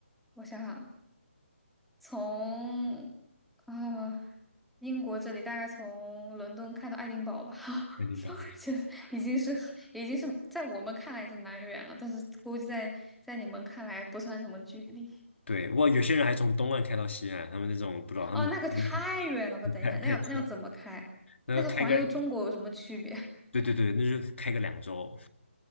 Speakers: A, in the centre; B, on the left.
A: 我想想。从呃英国这里大概从伦敦开到爱丁堡吧，<laughs>
B: 肯定吧？
A: 就已经是已经是在我们看来已经蛮远了，但是估计在在你们看来不算什么距离。
B: 对，哇，有些人还从东岸开到西岸，他们那种不知道他们有那
A: 哦，那个太远了吧？等一下，
B: 种太太扯了，
A: 那要那要怎么开？
B: 那开个
A: 那个环游中国有什么区别？<laughs>
B: 对对对，那就开个两周，